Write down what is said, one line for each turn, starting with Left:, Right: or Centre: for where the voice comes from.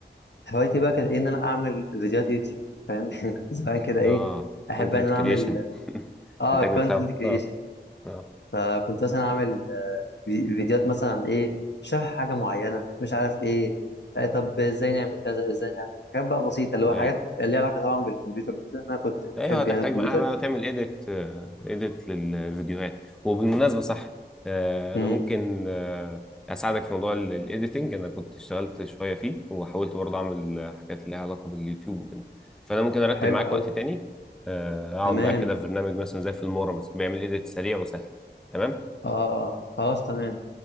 Left: هوايتي بقى كانت إيه ان انا اعمل فيديوهات يوتيوب فاهم <laughs> يعني كنت زمان كده ايه
Centre: اه
Left: احب
Centre: كونتنت
Left: ان انا
Centre: كريشن
Left: اعمل
Centre: <laughs>
Left: اه
Centre: انتاج
Left: كونتنت
Centre: محتوى
Left: كريشن
Centre: اه اه
Left: فكنت مثلا اعمل آه، في- فيديوات مثلا عن ايه شرح حاجه معينه مش عارف ايه آه طب ازاي نعمل كذا ازاي مش عارف حاجات بقى بسيطه اللي هو
Centre: ايوه
Left: حاجات ليها علاقه طبعا بالكمبيوتر وكده إن انا كنت بحب
Centre: ايوه هتحتاج
Left: يعني الكمبيوتر
Centre: معاها بقى تعمل ايديت ايديت للفيديوهات وبالمناسبه صح آه،
Left: امم
Centre: انا ممكن آه، اساعدك في موضوع الايديتنج انا كنت اشتغلت شويه فيه وحاولت برضه اعمل حاجات ليها علاقه باليوتيوب وكده فانا ممكن ارتب
Left: حلو
Centre: معاك
Left: قوي
Centre: وقت تاني آه، اقعد
Left: تمام
Centre: معاك كده في برنامج مثلا زي في المورا مثلا بيعمل ايديت سريع وسهل تمام
Left: اه اه آه، خلاص تمام